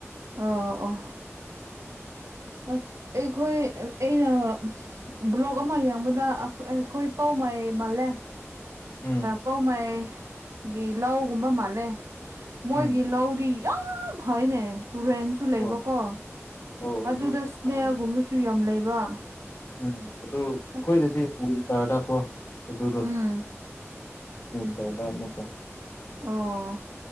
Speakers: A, on the right; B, on the left.
A: ꯑꯣ ꯑꯣ ꯑ ꯑꯩꯈꯣꯏ ꯑꯩꯅ ꯕ꯭ꯂꯣꯛ ꯑꯃ ꯌꯦꯡꯕꯗ ꯑꯩꯈꯣꯏ ꯄꯥꯎ ꯃꯩ ꯃꯥꯜꯂꯦ
B: ꯎꯝ
A: ꯄꯧꯃꯥꯏ ꯒꯤ ꯂꯧꯒꯨꯝꯕ ꯃꯥꯜꯂꯦ ꯃꯣꯏꯒꯤ
B: ꯎꯝ
A: ꯂꯧꯗꯤ ꯌꯥꯝ ꯐꯩꯅꯦ ꯇꯨꯔꯦꯟꯁꯨ ꯂꯩꯕꯀꯣ
B: ꯑꯣ ꯑꯣ ꯑꯗꯨ
A: ꯑꯗꯨꯗ ꯁ꯭ꯅꯦꯒꯨꯝꯕꯁꯨ
B: ꯐꯕꯅꯦ
A: ꯌꯥꯝ ꯂꯩꯕ
B: ꯎꯝ ꯑꯗꯨ ꯑꯩꯣꯏꯗꯗꯤ
A: ꯑꯁ
B: ꯎ ꯇꯔꯗ ꯀꯣ ꯑꯗꯨ ꯑꯗꯨ
A: ꯎꯝ
B: ꯇꯔꯃꯀ
A: ꯑꯣ